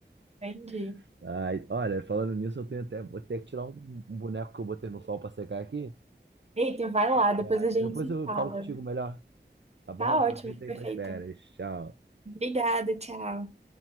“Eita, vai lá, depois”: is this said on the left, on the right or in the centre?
Right